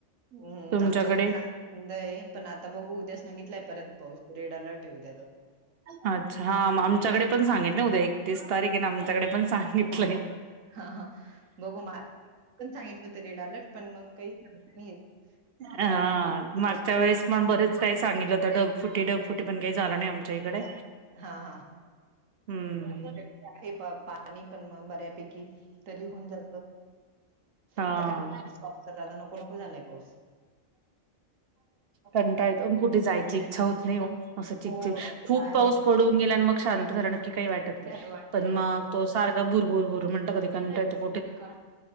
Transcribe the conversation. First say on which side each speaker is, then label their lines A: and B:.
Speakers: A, on the right; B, on the right.
A: हं,
B: तुमच्याकडे?
A: आमच्याकडे <unintelligible> पण आता बघू. उद्या सांगितलंय परत पाऊस, रेड अलर्ट उद्या तर.
B: अच्छा! हां आमच्याकडे पण सांगितलय उद्या एकतीस तारीख आहे ना, आमच्याकडे पण सांगितलय.
A: हा हा, बघू मग पण सांगितलं होत रेड अलर्ट, पण मग काही सांगता येत नाही.
B: हा,
A: काय
B: मागच्या
A: काय
B: वेळेस सकाळी सांगितलं होतं ढगफुटी ढगफुटी, पण काही झालं नाही आम सगळीकडे,
A: झालं हां,
B: हम्म.
A: हे आहे पण पाणी पण बऱ्यापैकी तरी होऊन जातं, <unintelligible>
B: हा.
A: पण काय आता नको नको झालाय पाऊस.
B: कंटाळा येतो, अन कुठे जायची इच्छा होत नाही हो. असं चिकचिक,
A: हो, ते तर
B: खूप
A: आहे.
B: पाऊस पडून गेला आणि मग शांत झाला नक्की काही वाटत
A: काय
B: नाही.
A: वाटत
B: पण
A: नाही.
B: मग तो सारख ब भरबुर बुर म्हणत कधींटय तो-
A: ते काय.